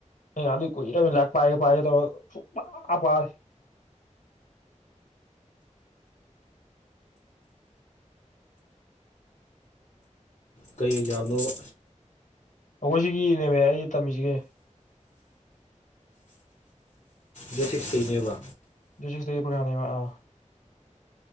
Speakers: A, on the left (about 85°); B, on the left (about 65°).
A: ꯑꯩ ꯉꯍꯥꯟꯗꯩ ꯀꯨꯏꯔꯝꯃꯤ ꯂꯥꯏꯔꯤꯛ ꯄꯥꯒꯦ ꯄꯥꯒꯦ ꯇꯧꯔꯒꯥ ꯁꯨꯛꯄꯥ ꯄꯥꯗꯦ
B: ꯀꯩ ꯑꯦꯛꯖꯥꯝꯅꯣꯕ
A: ꯑꯩꯈꯣꯏ ꯁꯤꯒꯤꯅꯦꯃꯦ ꯑꯩꯅ ꯇꯝꯃꯤꯖꯤꯒꯤ
B: ꯗꯦꯠ ꯁꯤꯛꯁ ꯇꯩꯅꯦꯕ
A: ꯗꯦꯠ ꯁꯤꯛꯁꯇꯩ <unintelligible> ꯅꯦꯕ ꯑ